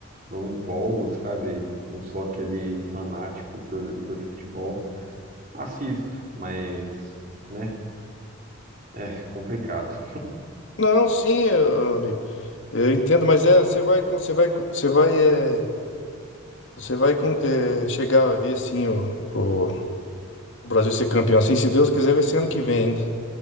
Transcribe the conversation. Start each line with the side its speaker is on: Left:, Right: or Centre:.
Right: não me empolgo, sabe? Não sou aquele fanático por, por futebol. Assisto, mas, né? É complicado.
Left: Não, sim, eh, amigo. Eu entendo, mas é, você vai, com- você vai, com- você vai, eh, você vai com- eh, chegar a ver assim o, o o Brasil ser campeão. Assim, se Deus quiser, vai ser ano que vem ainda.